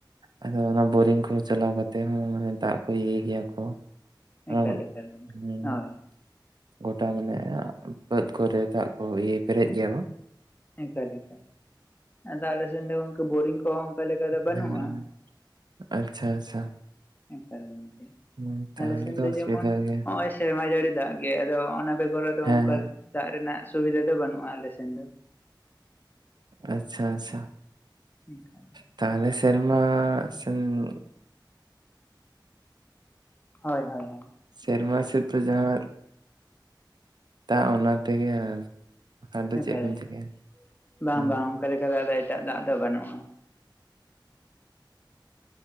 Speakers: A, on the right; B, on the left.
A: ᱟᱫᱚ ᱚᱱᱟ ᱵᱳᱨᱤᱝ ᱠᱚ ᱪᱟᱞᱟᱣ ᱠᱟᱛᱮ ᱦᱚᱸ ᱢᱟᱱᱮ ᱫᱟᱜ ᱠᱚ ᱤᱭᱟᱹᱭ ᱜᱮᱭᱟ ᱠᱚ, ᱟᱨ
B: ᱮᱠᱟᱞ ᱮᱠᱟᱞ ᱜᱚᱢᱠᱮ
A: ᱦᱩᱸ
B: ᱦᱳᱭ᱾
A: ᱜᱚᱴᱟ ᱢᱟᱱᱮ ᱵᱟᱹᱫ ᱠᱚᱨᱮ ᱫᱟᱜ ᱠᱚ ᱤᱭᱟᱹ ᱯᱮᱨᱮᱡ ᱜᱮᱭᱟ ᱠᱚ,
B: ᱮᱠᱟᱞ ᱮᱠᱟᱞ, ᱟᱫᱚ ᱟᱞᱮ ᱥᱮᱱ ᱫᱚ ᱜᱚᱝᱠᱮ ᱵᱳᱨᱤᱝ ᱠᱚᱦᱚᱸ ᱚᱱᱠᱟ ᱞᱮᱠᱟ ᱫᱚ ᱵᱟᱹᱱᱩᱜ-ᱟ,
A: ᱦᱮᱸ ᱟᱪᱪᱷᱟ ᱟᱪᱪᱷᱟ᱾
B: ᱮᱠᱟᱞ ᱜᱚᱢᱠᱮ᱾
A: ᱦᱩᱸ ᱛᱟᱦᱚᱞᱮ
B: ᱟᱞᱮ ᱥᱮᱱ ᱫᱚ
A: ᱚᱥᱩᱵᱤᱫᱷᱟ
B: ᱡᱮᱢᱚᱱ
A: ᱜᱮ
B: ᱦᱚᱸᱜ-ᱚᱭ ᱥᱮᱨᱢᱟ ᱡᱟᱹᱲᱤ ᱫᱟᱜ ᱜᱮ ᱟᱫᱚ ᱚᱱᱟ ᱵᱮᱜᱚᱨ ᱟᱫᱚ
A: ᱦᱮᱸ
B: ᱚᱱᱠᱟ
A: ᱦᱮᱸ
B: ᱫᱟᱜ ᱨᱮᱱᱟᱜ ᱥᱩᱵᱤᱫᱷᱟ ᱫᱚ ᱵᱟᱹᱱᱩᱜᱼᱟ ᱟᱞᱮ ᱥᱮᱱ ᱫᱚ᱾
A: ᱟᱪᱪᱷᱟ-ᱟᱪᱪᱷᱟ᱾
B: ᱴᱷᱤᱠᱟ,
A: ᱛᱟᱦᱞᱮ ᱥᱮᱨᱢᱟᱻ ᱥᱮᱱ,
B: ᱦᱳᱭ-ᱦᱳᱭ-ᱦᱳᱭ᱾
A: ᱥᱮᱨᱢᱟ ᱥᱮᱫᱽ ᱫᱚ ᱡᱟᱦᱟᱸ ᱴᱟᱜ ᱚᱱᱟ ᱛᱮᱜᱮ ᱟᱨ ᱵᱟᱠᱷᱟᱱ ᱫᱚ
B: ᱦᱮᱸ
A: ᱪᱮᱫ
B: ᱥᱮ
A: ᱵᱤᱱ
B: ᱦᱚᱭ
A: ᱪᱤᱠᱟᱹᱭᱟ
B: ᱥᱮ ᱵᱟᱝ-ᱵᱟᱝ
A: ᱦᱩᱸ
B: ᱚᱱᱠᱟ ᱞᱮᱠᱟ ᱫᱚ ᱮᱴᱟᱜ ᱫᱟᱜ ᱫᱚ ᱵᱟᱹᱱᱩᱜᱼᱟ᱾